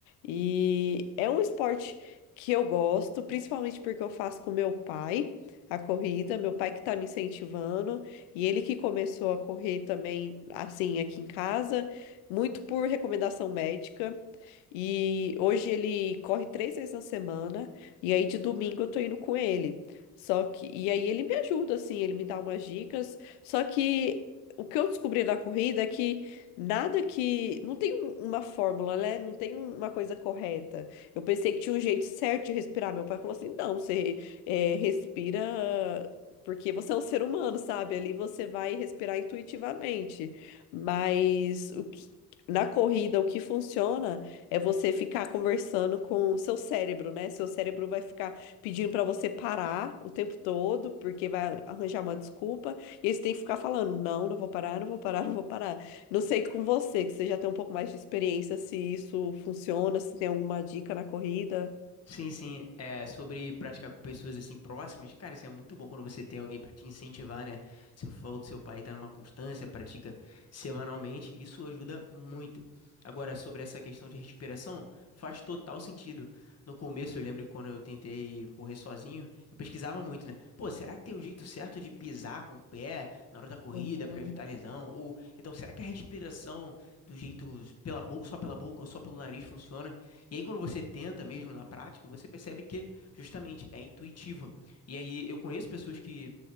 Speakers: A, on the left; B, on the left.
A: E é um esporte que eu gosto, principalmente porque eu faço com meu pai a corrida, meu pai que tá me incentivando, e ele que começou a correr também, assim, aqui em casa, muito por recomendação médica. E hoje ele corre três vezes na semana, e aí de domingo eu tô indo com ele. Só que, e aí ele me ajuda, assim, ele me dá umas dicas. Só que o que eu descobri da corrida é que nada que. Não tem um- uma fórmula, né? Não tem um- uma coisa correta. Eu pensei que tinha um jeito certo de respirar. Meu pai falou assim: não, você eh, respira. Porque você é um ser humano, sabe? Ali você vai respirar intuitivamente. Mas o que na corrida, o que funciona é você ficar conversando com o seu cérebro, né? Seu cérebro vai ficar pedindo pra você parar o tempo todo, porque vai arranjar uma desculpa, e aí você tem que ficar falando: não, não vou parar, não vou parar, não vou parar. Não sei com você, que você já tem um pouco mais de experiência, se isso funciona, se tem alguma dica na corrida.
B: Sim, sim, é sobre praticar com pessoas assim próximas. Cara, isso é muito bom quando você tem alguém pra te incentivar, né? Você falou que seu pai tá numa constância, pratica semanalmente, isso ajuda muito. Agora, sobre essa questão de respiração, faz total sentido. No começo, eu lembro que quando eu tentei correr sozinho, eu pesquisava muito, né? Pô, será que tem o jeito certo de pisar com o pé na hora da corrida
A: Uhum.
B: pra evitar lesão? Ou então, será que a respiração do jeito pela bo- só pela boca ou só pelo nariz funciona? E aí, quando você tenta mesmo na prática, você percebe que justamente é intuitiva. E aí, eu conheço pessoas que